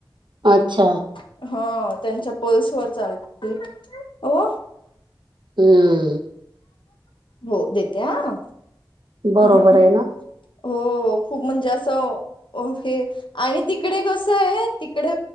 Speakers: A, on the right; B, on the left.
A: अच्छा.
B: हा.. त्यांच्या पल्स वर चालते. ओ.
A: हम्म..
B: हो देते. आ..
A: बरोबर
B: हो खूप
A: आहे ना
B: ओ खूप म्हणजे असं ओ फ हे. आणि तिकडे कसं आहे. तिकडे